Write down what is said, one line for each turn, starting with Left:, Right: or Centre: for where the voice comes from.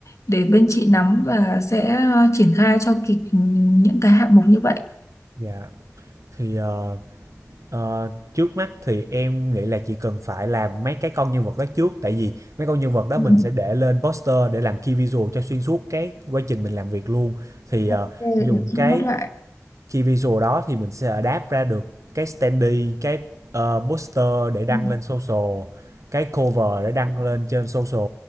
Left: để bên chị nắm và sẽ ờ, triển khai cho kịp những cái hạng mục như vậy
Right: Dạ. Thì ờ, Ờ, trước mắt thì em nghĩ là chỉ cần phải làm mấy cái con nhân vật đó trước tại vì mấy con nhân vật đó
Left: Ừ.
Right: mình sẽ để lên poster để làm key visual cho xuyên suốt cái quá trình mình làm việc luôn thì
Left: Ok,
Right: ờ,
Left: để
Right: dùng
Left: chị
Right: cái
Left: nốt lại.
Right: key visual đó thì mình sẽ adapt ra được cái standee cái ờ, poster để đăng
Left: Ừ.
Right: lên social cái cover để đăng lên trên social